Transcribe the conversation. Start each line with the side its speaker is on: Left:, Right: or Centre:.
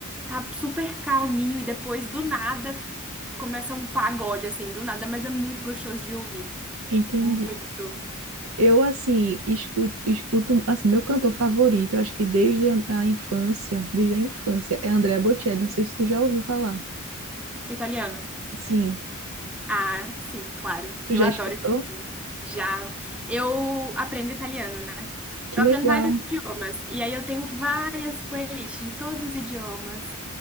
Centre: tá super calminho e depois do nada f- começa um pagode, assim, do nada, mas é muito gostoso de ouvir.
Right: Entendi.
Centre: Muito.
Right: Eu, assim, escuto, escuto, assim, meu cantor favorito, eu acho que desde a, a infância, desde a infância, é Andrea Bocelli. Não sei se tu já ouviu falar.
Centre: O italiano?
Right: Sim.
Centre: Ah, sim, claro.
Right: Tu
Centre: Eu
Right: já
Centre: adoro
Right: escutou?
Centre: italiano. Já. Eu aprendo italiano, né?
Right: Que
Centre: Eu
Right: legal.
Centre: aprendo vários idiomas. E aí eu tenho várias playlists de todos os idiomas.